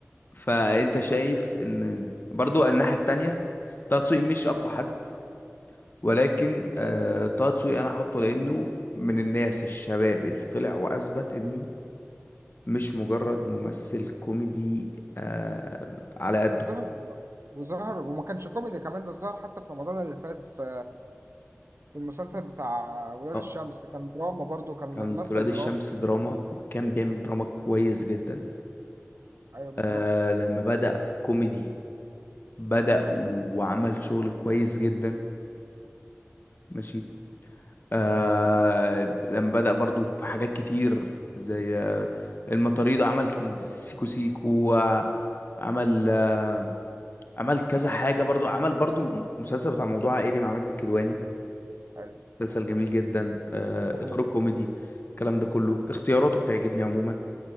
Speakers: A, on the left; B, on the right.
A: فانت شايف ان برضو الناحية التانية طه دسوقي مش اقوى حد ولكن آه طه دسوقي انا هحطه لانه من الناس الشباب اللي طلع واثبت انه مش مجرد ممثل كوميدي آه على قده
B: وظهر وظهر وما كانش كوميدي كمان ده ظهر حتى في رمضان اللي فات في في المسلسل بتاع ولاد
A: اه
B: الشمس كان دراما برضو كان
A: كان
B: ممثل
A: في ولاد
B: دراما
A: الشمس دراما وكان بيعمل دراما كويس جدا
B: ايوه بالظبط
A: آه لما بدأ في الكوميدي بدأ و- وعمل شغل كويس جدا ماشي آه
B: دي حقيقة
A: لما بدأ برضو في حاجات كتير زي آه، المطاريد عمل سيكو سيكو آه، عمل آه، عمل كذا حاجة برضو عمل برضو مسلسل بتاع موضوع عائلي مع ماجد الكدواني
B: ايوه
A: مسلسل جميل جدا آه
B: ده حقيقي
A: إطار الكوميدي الكلام ده كله اختياراته بتعجبني عموما